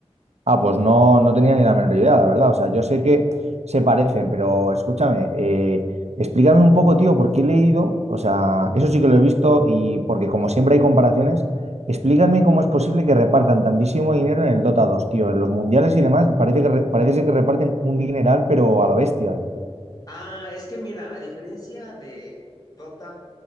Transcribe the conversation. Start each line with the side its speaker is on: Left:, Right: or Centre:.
Right: Ah, pues no, no tenía ni la menor idea, la verdad. O sea, yo sé que se parecen, pero escúchame, eh, explícame un poco, tío, porque he leído, o sea, eso sí que lo he visto y porque como siempre hay comparaciones, explícame cómo es posible que repartan tantísimo dinero en el Dota dos, tío, en los mundiales y demás, parece que re- parece ser que reparten un dineral, pero a lo bestia.
Left: Ah, es que mira, a diferencia de Dota